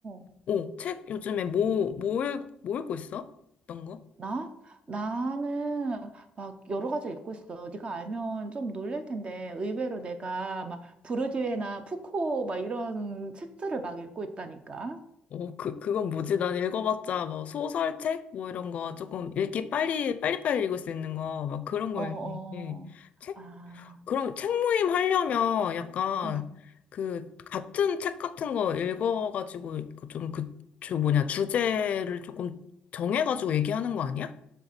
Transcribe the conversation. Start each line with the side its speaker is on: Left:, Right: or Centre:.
Right: 어.
Left: 오, 책 요즘에 뭐, 뭐, 읽, 뭐 읽고 있어? 어떤 거?
Right: 나? 나는 막 여러 가지 읽고 있어. 네가 알면 좀 놀랄 텐데 의외로 내가 막 부르디외나 푸코 막 이런 책들을 막 읽고 있다니까.
Left: 어, 그, 그건 뭐지? 난 읽어봤자, 뭐, 소설책? 뭐, 이런 거, 조금, 읽기 빨리, 빨리빨리 읽을 수 있는 거, 막 그런 거
Right: 어,
Left: 읽는데,
Right: 어.
Left: 책?
Right: 아.
Left: 그럼 책 모임 하려면 약간,
Right: 어,
Left: 그, 같은 책 같은 거 읽어가지고, 그 좀 그, 저 뭐냐, 주제를 조금 정해가지고 얘기하는 거 아니야?